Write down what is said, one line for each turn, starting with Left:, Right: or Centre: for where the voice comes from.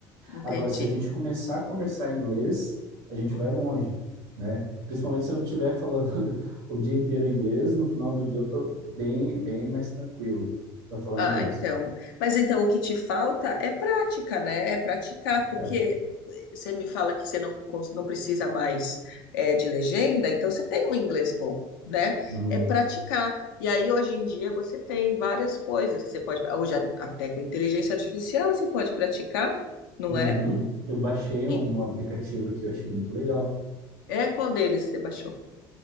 Left: entendi.
Right: Agora, se a gente começar a conversar em inglês, a gente
Left: Hum.
Right: vai longe, né? Principalmente se eu estiver falando <laughs> o dia inteiro inglês, no final do dia eu tô bem, bem mais tranquilo para falar
Left: Ah,
Right: inglês.
Left: então. Mas então o que te falta é prática, né? É praticar,
Right: Prática.
Left: porque eh, você me fala que você não, cons- não precisa mais eh, de legenda, então você tem um inglês bom, né?
Right: Uhum.
Left: É praticar. E aí hoje em dia você tem várias coisas que você pode. Hoje a- até com inteligência artificial você pode praticar, não
Right: Uhum.
Left: é?
Right: Eu baixei um,
Left: Em-
Right: um aplicativo aqui, eu achei muito legal.
Left: É qual deles você baixou?